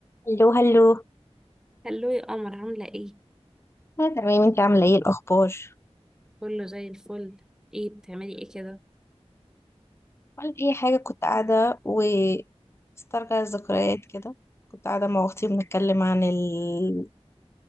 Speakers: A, on the left (about 25°); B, in the centre.
A: هلو هلو
B: هلو يا قمر عاملة ايه؟
A: أنا تمام انت عاملة ايه الأخبار؟
B: كله زي الفل ايه بتعملي ايه كده؟
A: ولا أي حاجة كنت قاعدة و بسترجع الذكريات كده كنت قاعدة مع أختي بنتكلم عن ال...